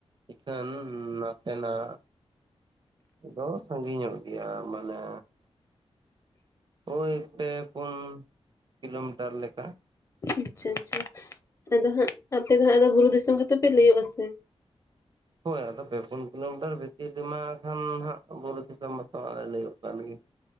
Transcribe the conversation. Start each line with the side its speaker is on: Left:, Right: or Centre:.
Right: ᱤᱠᱷᱟᱹᱱ ᱱᱟᱥᱮᱱᱟᱜ ᱫᱚ ᱥᱟᱺᱜᱤᱧ ᱧᱚᱜ ᱜᱮᱭᱟ ᱢᱟᱱᱮ ᱳᱭ ᱯᱮ ᱯᱩᱱ ᱠᱤᱞᱳᱢᱤᱴᱟᱨ ᱞᱮᱠᱟ᱾
Left: ᱟᱪᱪᱷᱟ ᱟᱪᱪᱷᱟ, ᱟᱫᱚ ᱦᱟᱸᱜ ᱟᱯᱮ ᱫᱚ ᱦᱟᱸᱜ ᱟᱫᱚ ᱵᱩᱨᱩ ᱫᱤᱥᱚᱢ ᱜᱮᱛᱚ ᱯᱮ ᱞᱟᱹᱭᱳᱜ-ᱟ ᱥᱮ
Right: ᱦᱳᱭ ᱟᱫᱚ ᱯᱮ ᱯᱩᱱ ᱠᱤᱞᱳᱢᱤᱴᱟᱨ ᱵᱷᱤᱛᱤᱨ ᱨᱮᱢᱟ ᱠᱷᱟᱱ ᱦᱟᱸᱜ ᱵᱩᱨᱩ ᱫᱤᱥᱚᱢ ᱢᱟᱛᱚ ᱞᱮ ᱞᱟᱹᱭ ᱚᱜ ᱠᱟᱱ ᱜᱮ ᱾